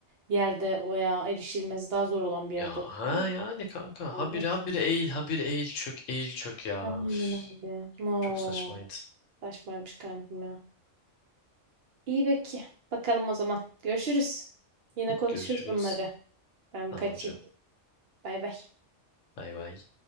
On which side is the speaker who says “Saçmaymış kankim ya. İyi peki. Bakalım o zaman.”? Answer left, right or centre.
Right